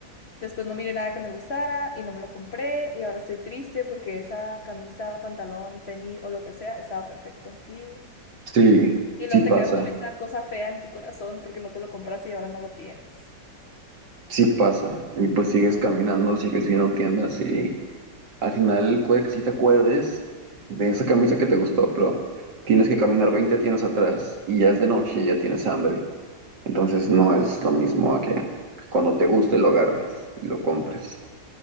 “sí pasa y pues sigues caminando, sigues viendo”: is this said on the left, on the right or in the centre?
Right